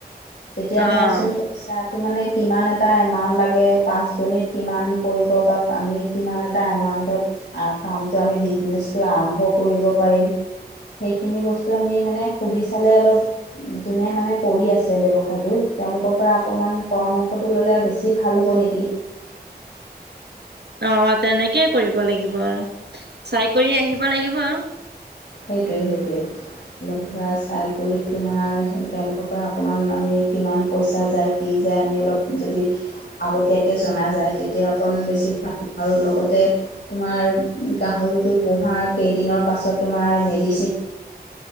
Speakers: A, on the left (about 85°); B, on the right (about 85°).
A: তেতিয়া ধৰাচোন
B: অ',
A: পইচাটো মানে কিমান এটা এমাউন্ট লাগে পাঁচ জনীত। কিমান পৰিব বা আমি কিমান এটা এমাউণ্টত কামটো আমি বিজনেচটো আৰম্ভ কৰিব পাৰিম। সেইখিনি বস্তু আমি মানে সুধি চালে অলপ যোনে মানে কৰি আছে ব্যৱসায়টো তেওঁলোকৰ পৰা অকণমান পৰামৰ্শটো ল'লে বেছি ভাল হ'ব নেকি।
B: অ তেনেকেই কৰিব লাগিব আৰু চাই কৰি আহিব লাগিব আৰু
A: সেইটোৱে সেইটোৱে লগ ধৰা চাই কৰি তোমাৰ তেওঁলোকৰ পৰা অকমান আমি কিমান পইচা যায় কি যে আমি অলপ যদি আগতীয়াকৈ জনা যায় তেতিয়া অকণ বেছি ভাল আৰু লগতে তোমাৰ গাহৰিটো পোহা কেইদিনৰ পাছত তোমাৰ মেডিচিন